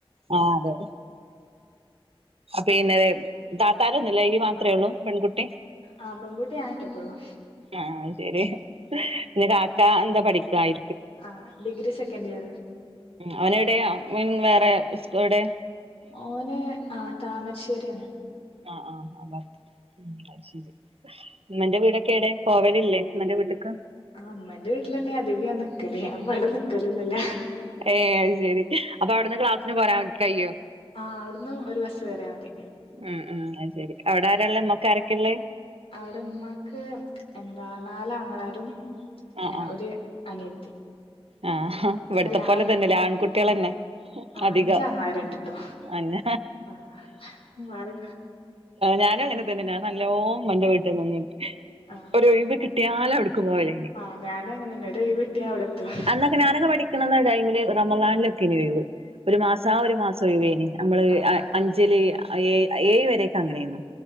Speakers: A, on the right; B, on the left.
A: ആ അതെ പിന്നെ താത്താരൊന്നും ഇല്ലെ <unintelligible> അത്രേ ഉള്ളൂ പെൺകുട്ടി
B: ആഹ് പെൺകുട്ടി ഞാൻ ഒറ്റക്കൊള്ളൂ
A: ആഹ ശെരി എ കാക്ക എന്താ പഠിക്കായി
B: ആ ഡിഗ്രി സെക്കൻഡ് ഇയർ
A: അവനടെ മീൻ വേറെ ഉസ്കോയുടെ
B: ഓനെ ആ താമരശ്ശേരിയാണ്
A: ആഹ ആഹ് ആ ബത്ത അ ശരി ഇമ്മന്റെ വീടൊക്കെ എടെ പോവല് ഇല്ലേ ഇമ്മന്റെ വീട്ട്ക്ക്
B: ആ ഇമ്മന്റെ വീട്ടിലന്നെയ അതിക ഞാൻ നിക്കല് ഞാൻ ഇവ്ടെ നിക്കലന്നില്ല
A: ഏ അത് ശരി അപ്പൊ അവിടുന്ന് ക്ലാസ്സിന് പോരാൻ കയ്യോ
B: ആ അവിടുന്ന് ഒരു ബസ് കയറിയാ മതി
A: ഉം ഉം അ ശരി അവിടെ ആരാള്ളെ മ്മക്കാരൊക്കെുള്ള
B: അവിടെ ഉമ്മാക്ക് എന്താ നാലാ ങ്ങളാരും
A: ആഹ്
B: ഏ ഒരു അനിയത്തി
A: ആഹ് ഇവിടുത്തെ
B: അല്ല
A: പോലെ
B: അ
A: തന്നെല്ല ആൺകുട്ടികളെന്നെ
B: ആ ആ
A: അധികം
B: അഞ്ചാങ്ങളാരുണ്ട്ട്ടോ
A: അന്ന
B: ആ മാറി
A: ഞാനും അങ്ങനെ തന്നെയഞാൻ നല്ലോ ഇമ്മന്റെ വീട്ടിൽ നിന്നിട്ട്
B: ആ
A: ഒരഴിവ് കിട്ടിയാല അവിടുക്ക് പോവലേനി
B: ആ ഞാനും അങ്ങനെന്നെ ഒരു ഒഴിവ് കിട്ടിയാ അവിടെത്തും
A: അന്നൊക്കെ ഞാനൊക്കെ പഠിക്കണന്ന ടൈമില് റമളാനി ലൊക്കെനി ഒഴിവ് ഒരു മാസം ആ ഒരു മാസം ഒഴിവേനി നമ്മള്
B: ആ
A: അഞ്ചില് ഏഴ് വരക്കെ അങ്ങനെന്നു